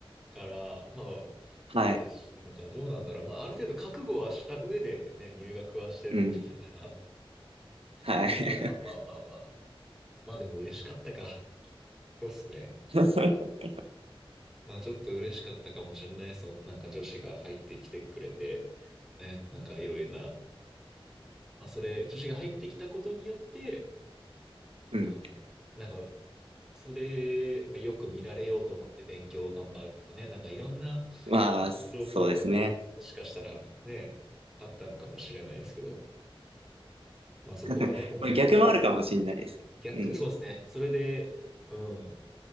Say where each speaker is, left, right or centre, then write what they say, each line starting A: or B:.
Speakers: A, in the centre; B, on the right.
A: から、まあ、
B: はい。
A: 嬉しいのか、どうなんだろう。まあ、ある程度覚悟はした上でね、入学はしてるもんだから。
B: うん。はい。
A: <laughs> まあまあまあまあまあ。まあでも嬉しかったか。そうっすね。
B: <laughs>
A: まあちょっと嬉しかったかもしれないですそう。なんか女子が入ってきてくれて、ね、なんかいろいろな。まあそれ、女子が入ってきたことによって、
B: うん。
A: まあ、なんか、それ、まあ、よく見られようと思って勉強を頑張るとかね、なんかいろんな
B: まあ、そうですね。
A: 相乗効果がもしかしたらね、あったのかもしれないですけど、まあそこはね、
B: <laughs>
A: もう僕は
B: まあ、逆もあるかもしれないです。
A: 逆、
B: うん。
A: そうですね。それで、うん、